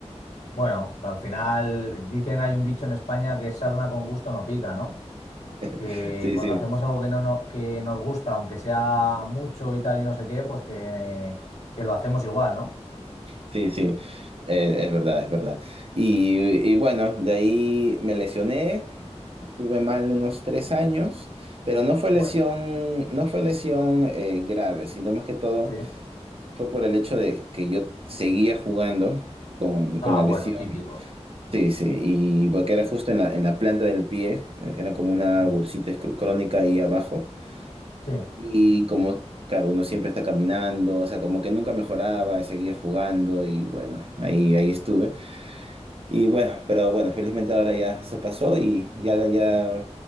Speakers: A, on the left; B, on the right.
A: Bueno, al final dicen, hay un dicho en España que es sarna con gusto no pica, ¿no? Que
B: <laughs> Sí,
A: cuando
B: sí.
A: hacemos algo que no, no- que nos gusta, aunque sea mucho y tal y no sé qué, pues que, que lo hacemos igual, ¿no?
B: Sí, sí, eh, es verdad, es verdad. Y, y bueno, de ahí me lesioné, estuve mal unos tres años, pero no fue
A: Joder,
B: lesión, no fue lesión eh, grave, sino más que todo
A: sí.
B: fue por el hecho de que yo seguía jugando con, con
A: Ah,
B: la
A: bueno,
B: lesión.
A: típico.
B: Sí, sí, y porque era justo en la, en la planta del pie, eh, era como una
A: Mm,
B: bursita escru- crónica ahí abajo.
A: Sí.
B: Y como, claro, uno siempre está caminando, o sea, como que nunca mejoraba, seguía jugando y bueno, ahí, ahí estuve. Y bueno, pero bueno, felizmente ahora ya eso pasó y ya, ya,